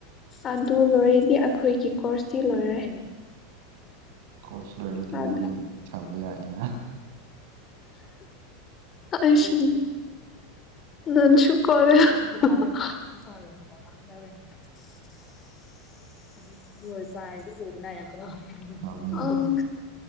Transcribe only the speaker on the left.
ꯑꯗꯨ ꯂꯣꯏꯔꯦꯗꯤ ꯑꯩꯈꯣꯏꯒꯤ ꯀꯣꯔꯁꯤ ꯂꯣꯏꯔꯦ
ꯍꯥꯏ
ꯑ ꯁꯤ ꯅꯁꯨꯀꯔꯦ ꯅꯤ <inaudible> ꯂ <unintelligible>
ꯄꯅꯥ ꯑ